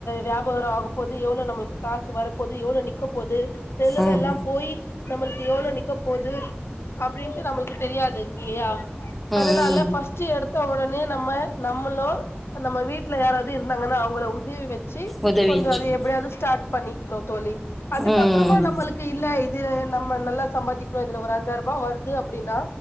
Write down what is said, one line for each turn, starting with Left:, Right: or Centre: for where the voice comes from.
Left: வியாபாரரோ ஆக போது எவ்ளோ நம்மளுக்கு காசு வரப் போது எவ்ளோ நிக்க போது செலவு
Centre: ம்
Left: எல்லா போய் நம்மளுக்கு எவ்வளவு நிக்க போகுது அப்டின்ட்டு நம்ளுக்கு தெரியாது இல்லையா
Centre: ம்
Left: நல்லா ஃபஸ்ட் எடுத்த உடனே நம்ம நம்மளு நம்ம வீட்டுல யாராவது இருந்தாங்கன்னா அவங்கள உதவி வெ ச்சு
Centre: உதவி
Left: கொஞ்சோ
Centre: வச்சுக்கணும்
Left: அது எப்டியாவது ஸ்டார்ட் பண்ணிக்கணு தோழி அதுக்கப்புறமா
Centre: ம்
Left: நம்மளுக்கு இல்ல இது நம்ம நல்லா சம்பாதிக்கிறோ இதுல ஒரு அஞ்சாயிர ரூபா வருது அப்டின்னா